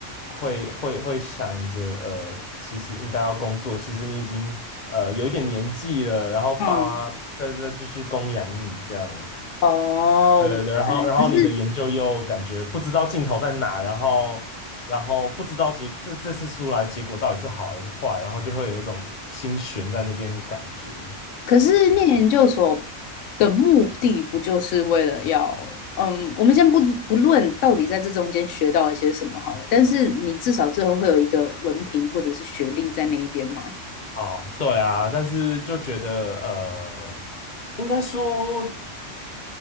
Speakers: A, on the left; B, on the left.
A: 会会会想着，呃，其实应该要工作，其实你已经呃有一点年纪了，然后爸妈在再继续供养你这样，
B: 嗯，哦，
A: 对对，
B: 我明白。
A: 然后然后你的研究又感觉不知道尽头在哪，
B: 可是。
A: 然后然后不知道结这这次出来结果到底是好还是坏，然后就会有一种心悬在那边感觉。
B: 可是念研究所的目的不就是为了要，嗯，我们先不不论到底在这中间学到了些什么好了，但是你至少最后会有一个文凭或者是学历在那一边嘛？
A: 哦，对啊，但是就觉得呃，应该说。